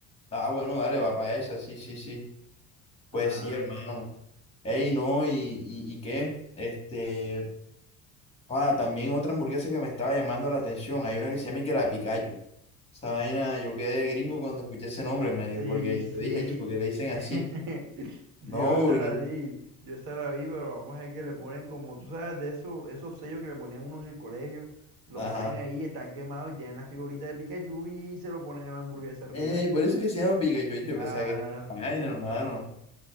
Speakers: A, on the left; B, on the right.
A: Ah, bueno, dale, va para esa, sí, sí, sí. Pues
B: Ah,
A: sí, hermano. Ey, no, y, y, y qué, este, ah, también otra hamburguesa que me estaba llamando la atención. Hay una que se llama y que la Pikachu. Esa vaina, yo quedé gringo cuando escuché ese nombre, me
B: Sí,
A: porque
B: sí.
A: yo dije, "Chu, ¿por qué le dicen así?
B: <laughs> Yo
A: No,
B: esa
A: porque,
B: la vi, yo esa la vi, pero vamos a ver que le ponen como, tú sabes, de esos, esos sellos que le ponían uno en el colegio, lo
A: ajá.
B: ponen ahí, están quemados y tienen la figurita de Pikachu y se lo ponen en la hamburguesa arriba.
A: Ey, por eso es que se llama Pikachu, yo
B: Ah,
A: pensaba que era otra
B: <laughs>
A: vaina, hermano.